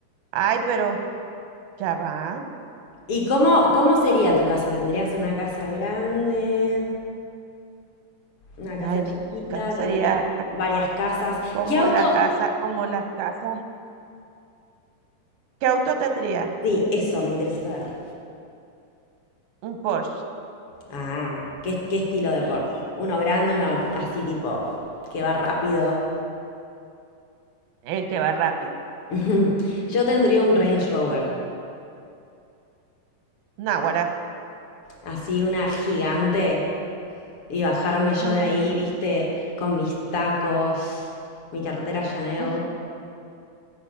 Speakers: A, on the right (about 90°); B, on the left (about 55°).
A: Ay, pero ya va.
B: ¿Y cómo, cómo sería tu casa? ¿Tendrías una casa grande? ¿Una casa
A: Ay,
B: chiquita?
A: mi casa sería
B: ¿Tendrías varias casas?
A: como
B: ¿Qué auto?
A: la casa, como las casas. ¿Qué auto tendría?
B: Sí, eso me interesa saber.
A: Un Porsche.
B: Ah, ¿qué, qué estilo de
A: <gasps>
B: Porsche? Uno grande, uno así tipo que va rápido.
A: El que va rápido.
B: <laughs> Yo tendría un Range Rover,
A: Náguara.
B: así una gigante, y bajarme yo
A: Ujú,
B: de ahí, viste, con mis tacos, mi cartera Chanel.
A: ujú.